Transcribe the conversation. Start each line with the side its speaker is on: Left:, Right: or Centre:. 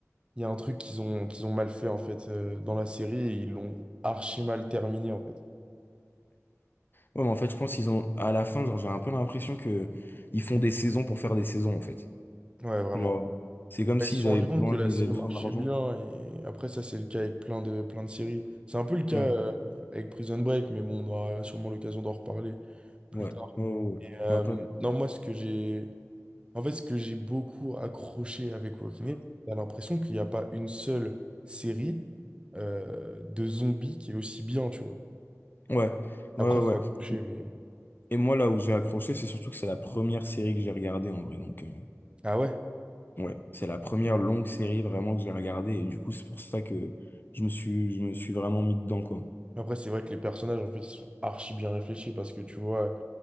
Right: Il y a un truc qu'ils ont, qu'ils ont mal fait, en fait, euh, dans la série, et ils l'ont archi mal terminé, en fait.
Left: Ouais, mais en fait, je pense qu'ils ont, à la fin, genre, j'ai un peu l'impression que ils font des saisons pour faire des saisons, en fait.
Right: Ouais, vraiment.
Left: Genre, c'est comme
Right: Bah,
Left: s'ils
Right: Ils se sont
Left: avaient
Right: rendus
Left: besoin,
Right: compte que la
Left: ils
Right: série
Left: avaient besoin
Right: marchait
Left: d'argent.
Right: bien, et après, ça, c'est le cas avec plein de, plein de séries. C'est un peu le cas
Left: Ouais,
Right: euh, avec Prison Break, mais bon, on aura sûrement l'occasion d'en reparler plus
Left: ouais,
Right: tard.
Left: ouais, ouais. ouais.
Right: Euh,
Left: Mais après,
Right: non, moi, ce que j'ai. En fait, ce que j'ai beaucoup accroché avec Walking Dead, t'as l'impression qu'il n'y a pas une seule série euh, de zombies qui est aussi bien, tu vois.
Left: ouais,
Right: Après,
Left: ouais,
Right: faut
Left: ouais.
Right: accrocher,
Left: ouais.
Right: mais.
Left: Et moi, là où j'ai accroché, c'est surtout que c'est la première série que j'ai regardée, en vrai. Donc, euh,
Right: Ah ouais?
Left: ouais, c'est la première longue série vraiment que j'ai regardée. Et du coup, c'est pour ça que je me suis, je me suis vraiment mis dedans, quoi.
Right: Après, c'est vrai que les personnages, en fait, ils sont archi bien réfléchis parce que tu vois.